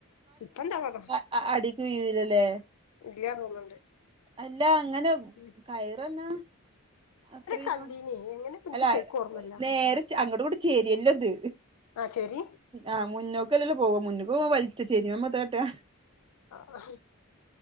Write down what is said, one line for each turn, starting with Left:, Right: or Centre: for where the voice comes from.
Left: ഇപ്പ എന്താവോ.
Right: ആഹ് ആഹാ അടിക്ക്യൂരല്ലേ.
Left: ഇല്ല്യാ തോന്നുന്നുണ്ട്.
Right: അല്ല അങ്ങനെ.
Left: ഉം
Right: കയറന്ന അത്രയും
Left: കണ്ടീനി എങ്ങനെ എനിക്ക്
Right: അല്ല
Left: ശരിക്കും ഓർമ്മല്ല
Right: നേരെ അങ്ങോടും ഇങ്ങോട്ടും ചേരുവല്ലോ അത്.
Left: ആഹ് ശെരി.
Right: ആഹ് മുന്നോക്കല്ലെള്ളു പോക മുന്നക്ക് പോകുമ്പോ വലിച്ച് ചെരിമാ എന്താകാട്ടാ.
Left: ആഹ്